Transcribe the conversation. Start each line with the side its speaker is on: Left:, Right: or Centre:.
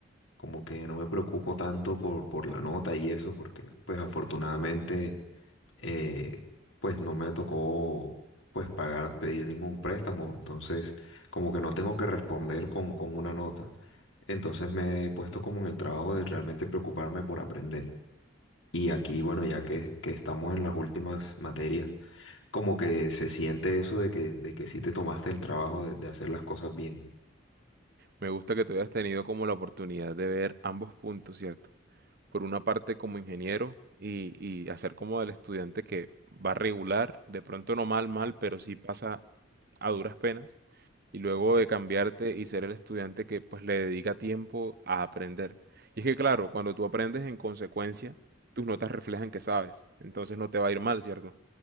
Left: como que no me preocupo tanto por, por la nota y eso, porque pues afortunadamente eh, pues no me tocó pues pagar, pedir ningún préstamo, entonces como que no tengo que responder con, con una nota. Entonces me he puesto como en el trabajo de realmente preocuparme por aprender. Y aquí, bueno, ya que, que estamos en las últimas materias, como que se siente eso de que, de que sí te tomaste el trabajo de de hacer las cosas bien.
Right: Me gusta que tú hayas tenido como la oportunidad de ver ambos puntos, ¿cierto? por una parte como ingeniero y, y hacer como del estudiante que va regular, de pronto no mal, mal, pero sí pasa a duras penas, y luego de cambiarte y ser el estudiante que pues le dedica tiempo a aprender. Y es que claro, cuando tú aprendes en consecuencia, tus notas reflejan que sabes, entonces no te va a ir mal, ¿cierto?